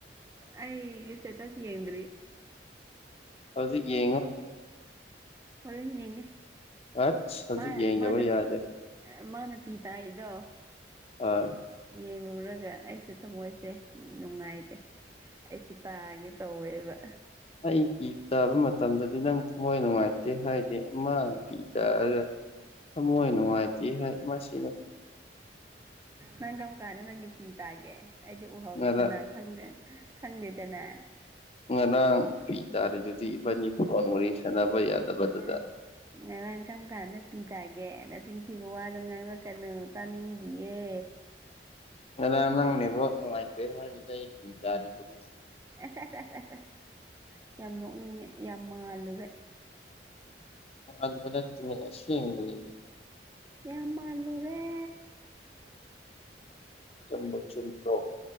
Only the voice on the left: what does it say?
ꯍꯧꯖꯤꯛ ꯌꯦꯡꯉꯣ
ꯑꯁ ꯍꯧꯖꯤꯛ
ꯌꯦꯡꯗꯕ
ꯌꯥꯗꯦ
ꯍꯣꯢ
ꯑꯩ ꯄꯤ ꯇꯥꯕ ꯃꯇꯝꯗꯗꯤ ꯅꯪ ꯊꯃꯣꯏ ꯅꯨꯡꯉꯥꯏꯇꯦ ꯍꯥꯏꯗꯤ ꯃꯅ ꯄꯤ ꯇꯥꯔꯒꯥ ꯊꯃꯣꯏ ꯅꯨꯡꯉꯥꯏꯇꯦ ꯍꯥꯏ ꯃꯁꯤꯅ
ꯉꯔꯥꯡ
ꯉꯔꯥꯡ ꯄꯤ ꯇꯥꯔꯤꯗꯨꯗꯤ ꯏꯕꯅꯤ ꯐꯣꯟ ꯋꯔꯤ ꯁꯥꯟꯅꯕ ꯌꯥꯗꯕꯗꯨꯗ
ꯉꯔꯥꯡ ꯅꯪ ꯅꯦꯠꯋꯥꯛ ꯅꯨꯡꯉꯥꯏꯇꯦ ꯍꯥꯏꯕꯗꯩ ꯄꯤ ꯇꯔꯤꯗꯨꯗꯤ
<unintelligible>
ꯆꯨꯝꯕꯨ ꯆꯨꯝꯗ꯭ꯔꯣ